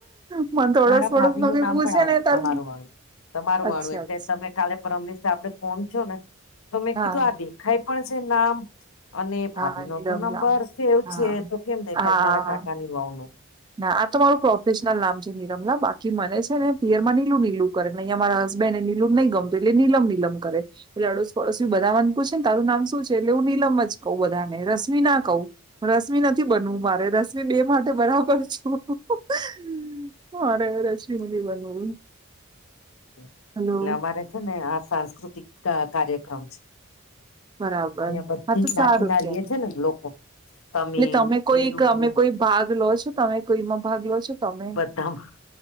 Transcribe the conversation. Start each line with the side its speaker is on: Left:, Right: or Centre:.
Right: મને તો આડોસ
Left: મારા
Right: પાડોસમાંથી
Left: ભાભી નું નામ
Right: પૂછે
Left: પણ આ
Right: ને
Left: છે તમારું
Right: તાર
Left: વાળું તમારું વાળુ
Right: અચ્છા
Left: એટલે
Right: અચ્છા
Left: તમે કાલે પરમદિવસે આપડે ફોન થયોને. તો મેં
Right: હા
Left: કીધું આ દેખાય પણ છે નામ અને ભાભી
Right: હા
Left: નો
Right: નિરમલા
Left: તો નંબર સેવ
Right: હા
Left: છે તો કેમ દેખાય
Right: હા
Left: મારા કાકાની વહુનું
Right: ના આ તો મારું પ્રોફેશનલ નામ છે નીલમ બાકી મને છે ને પિયરમાં નીલું નીલું. અહીંયા મારા હસબન્ડને નિલું નહી ગમતું એટલે નિલમ નિલમ કરે. એટલે અડોસ પડોશી બધા મને પુછે ને તારું નામ શું છે એટલે હું નીલમ જ કહું બધા ને રશ્મી ના કહું. રશ્મિ નથી બનવું મારે રશમિ બે માટે બરાબર <unintelligible> મારે રશ્મી નથી બનવું.
Left: એટલે
Right: હલો
Left: અમારે છે ને આ સાંસ્કૃતિક કાર્યક્રમ છે.
Right: બરાબર
Left: અહિયાં બધી
Right: હા તો
Left: જ્ઞાતિના
Right: સારું ત્યાં
Left: રીએ છે લોકો તમિલ
Right: એટલે તમે
Left: તેલુગુ
Right: કોઈ તમે કોઈ ભાગ લો છો તમે કોઈમાં ભાગ લો છો. તમે
Left: બધામાં